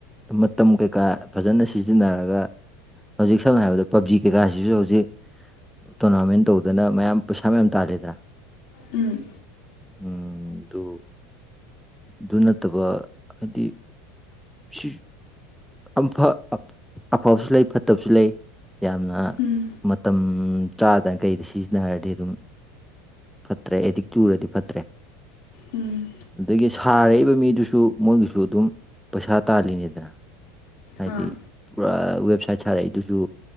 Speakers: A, in the centre; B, on the left (about 70°).
A: ꯃꯇꯝ ꯀꯩꯀꯥ ꯐꯖꯅ ꯁꯤꯖꯤꯟꯅꯔꯒ ꯍꯧꯖꯤꯛ ꯁꯝꯅ ꯍꯥꯏꯔꯕꯗ ꯄꯕꯖꯤ ꯀꯩꯀꯥꯁꯤꯁꯨ ꯍꯧꯖꯤꯛ ꯇꯣꯔꯅꯥꯃꯦꯟ ꯇꯧꯗꯅ ꯃꯌꯥꯝ ꯄꯩꯁꯥ ꯃꯌꯥꯝ ꯇꯥꯂꯦꯗ꯭ꯔꯥ
B: ꯎꯝ
A: ꯎꯝ ꯗꯨ ꯗꯨ ꯅꯠꯇꯕ ꯍꯥꯏꯗꯤ ꯁꯤ ꯑꯝꯐ ꯑꯐꯕꯁꯨ ꯂꯩ ꯐꯠꯇꯕꯁꯨ ꯂꯩ ꯌꯥꯝꯅ
B: ꯎꯝ
A: ꯃꯇꯝ ꯆꯥꯗꯪꯒꯩ ꯁꯤꯖꯤꯟꯅꯔꯗꯤ ꯑꯗꯨꯝ ꯐꯠꯇ꯭ꯔꯦ ꯑꯦꯗꯤꯛ ꯆꯨꯔꯗꯤ ꯐꯠꯇ꯭ꯔꯦ
B: ꯎꯝ
A: ꯑꯗꯒꯤ ꯁꯥꯔꯛꯏꯕ ꯃꯤꯗꯨꯁꯨ ꯃꯣꯏꯒꯤꯁꯨ ꯑꯗꯨꯝ ꯄꯩꯁꯥ ꯇꯥꯜꯂꯤꯅꯤꯗꯅ ꯍꯥꯏꯗꯤ
B: ꯑꯥ
A: ꯄꯨꯔꯥ ꯋꯦꯕꯁꯥꯏꯠ ꯁꯥꯔꯛꯏꯗꯨꯁꯨ